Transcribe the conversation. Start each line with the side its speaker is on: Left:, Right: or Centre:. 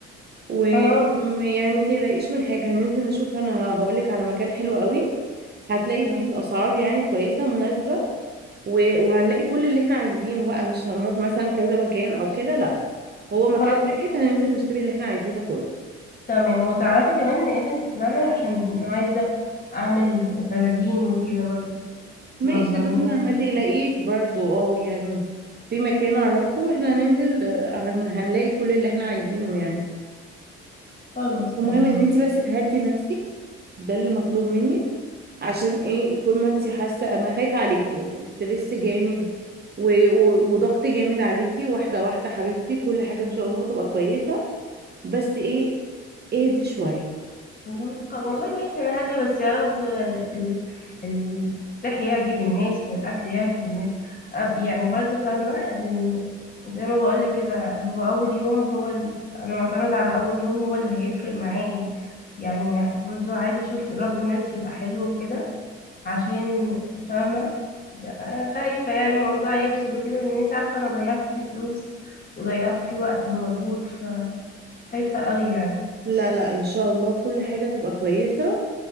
Right: ويعني
Left: خلاص
Right: ما تقلقيش من حاجة ننزل نشوف انا هقولك على مكان حلو قوي هتلاقي
Left: تمام-
Right: فيه الاسعار يعني كويسة مناسبة و- وهنلاقي كل اللي احنا عايزينه بقى مش هنروح مثلا كذا مكان او كده لا هو مكان
Left: خلاص
Right: واحد هننزل نشتري اللي احنا عايزينه كله
Left: تمام وتعرفي كمان إن ايفنت بلانر عشان عايزة أعمل بلالين وكده برضو
Right: ماشي
Left: تنظم
Right: دول
Left: لنا
Right: ما,
Left: يعني
Right: ما تقلقيش برضو اه يعني في مكان اعرفه واحنا هننزل آه، هن... هنلاقي كل اللي احنا عايزينه يعني
Left: خلاص
Right: المهم
Left: تمام
Right: ان انت بس تهدي نفسك ده اللي مطلوب منك عشان ايه طول ما انت حاسه انا خايفه عليكي بس ستريس جامد و- و- وضغط جامد عليكي واحده واحده حبيبتي كل حاجه ان شاء الله تبقى كويسه بس ايه اهدي شويه
Left: وال- والله ماشي انا هاديه بس يا رب ال- ال- الفلاح يعجب الناس والاكل يعجب الناس أب- يعني برضو فاهمه لان زي ما بقولك كده هو اول يوم هو ال... انا معتمد على اول يوم هو اللي هيفرق معايا يعني برضو عايزه اشوف رد الناس يبقى حلو وكده عشان فاهمه خايفه يعني الموضوع يفشل وكده لان انت عارفه انا ضيعت فيه فلوس وضيعت فيه وقت ومجهود فخايفه قوي يعني
Right: لا لا ان شاء الله كل حاجه تبقى كويسه